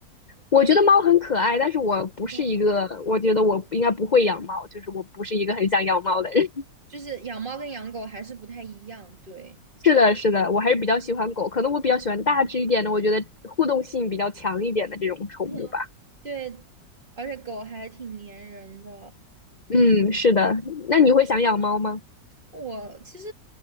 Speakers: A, on the left; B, on the right.
A: 我觉得猫很可爱，但是我不是一个，
B: 对，
A: 我觉得我应该不会养猫，就是我不是一个很想养猫的人。<laughs>
B: 就是养猫跟养狗还是不太一样，对，
A: 是的，是的，我还是比较喜欢狗，可能我比较喜欢大只一点的，我觉得互动性比较强一点的这种宠物吧。
B: <laughs> 对，而且狗还挺粘人的。
A: 嗯，是的。那你会想养猫吗？
B: 我其实